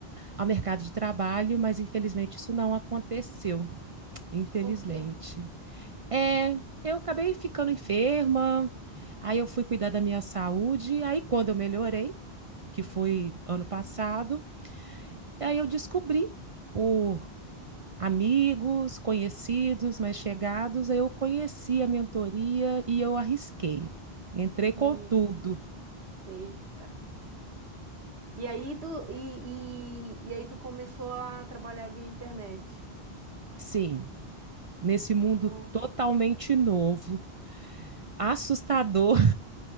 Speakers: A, on the right (about 45°); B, on the right (about 80°).
A: ao mercado de trabalho, mas infelizmente isso não aconteceu. Infelizmente.
B: Por quê?
A: É, eu acabei ficando enferma, aí eu fui cuidar da minha saúde, aí quando eu melhorei, que foi ano passado, aí eu descobri por amigos, conhecidos, mais chegados, aí eu conheci a mentoria e eu arrisquei. Entrei com
B: Hum,
A: tudo,
B: eita. E aí tu, e, e, e aí tu começou a trabalhar via internet.
A: sim, nesse mundo
B: Ó,
A: totalmente novo, assustador,